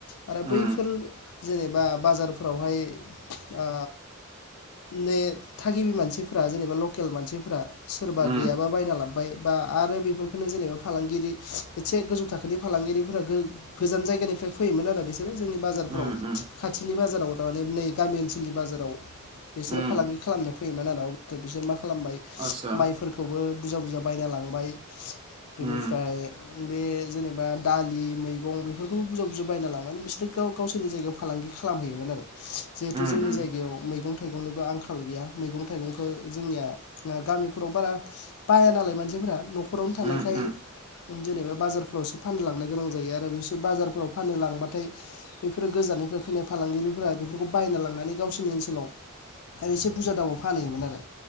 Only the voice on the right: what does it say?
उम
उम
उम उम
उम
आतसा
उम
उम
उम
उम उम